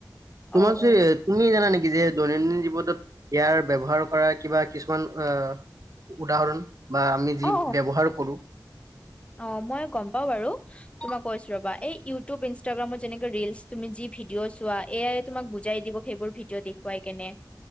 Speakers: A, on the right (about 50°); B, on the left (about 15°).
A: তোমাক
B: অ অ
A: তুমি জানা নেকি, যে দৈনন্দিন জীৱনত ইয়াৰ ব্যৱহাৰ কৰা কিবা কিছুমান অ, উদাহৰণ বা আমি যি
B: অ অ
A: ব্যৱহাৰ কৰো।
B: অ, মই গম পাওঁ বাৰু। তোমাক কৈছো ৰবা এই ইউটিউব ইনষ্টাগ্ৰামত যেনেকে ৰিলচ তুমি যি, ভিডিঅ' চোৱা। এ, আয়, তোমাক বুজাই দিব। সেইবোৰ ভিডিঅ' দেখুৱাই কেনে।